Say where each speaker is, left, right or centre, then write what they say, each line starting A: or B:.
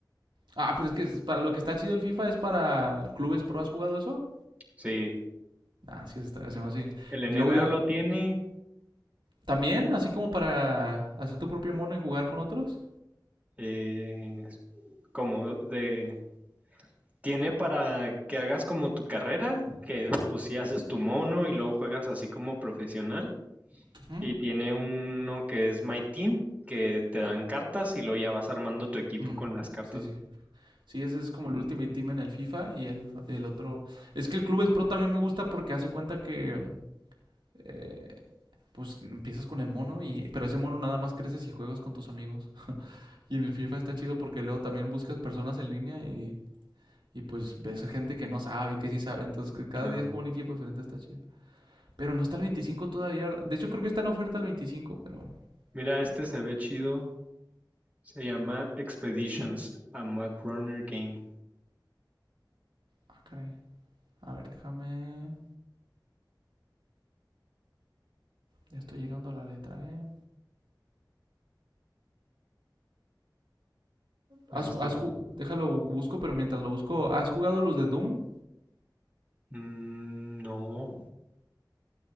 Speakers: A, on the right; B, on the right.
A: Ah, pero es que para lo que está chido el FIFA es para clubes pro. ¿Has jugado eso?
B: Sí.
A: Ah, sí, eso está, se me hace...
B: El NBA
A: Luego yo...
B: lo tiene.
A: ¿También? ¿Así como para hacer tu propio mono y jugar con otros?
B: eh, como de Tiene para que hagas como tu carrera, que pues si haces tu mono y luego juegas así como profesional.
A: ¿Mm?
B: Y tiene uno que es My Team, que te dan cartas y luego ya vas armando tu equipo
A: Mm,
B: con las cartas.
A: Sí, sí. Sí, ese es como el Ultimate Team en el FIFA y el, el otro... Es que el Clubes Pro también me gusta porque hace cuenta que... eh, pues empiezas con el mono y... Pero ese mono nada más creces y juegas con tus amigos. Y en el FIFA está chido porque luego también buscas personas en línea y... Y pues ves a gente que no sabe y que sí sabe. Entonces que cada
B: No.
A: día es como un equipo diferente, está chido. Pero no está el 25 todavía. ¿verdad? De hecho creo que está en oferta el veinticinco pero...
B: Mira, este
A: Pero...
B: se ve chido. Se llama Expeditions, a Mad Runner Game.
A: Ah, caray. A ver, déjame... Ya estoy llegando a la letra, ¿eh?
B: Ese
A: Has,
B: se
A: has
B: ve.
A: déjalo, busco, pero mientras lo busco, ¿has jugado los de Doom?
B: Mm, no,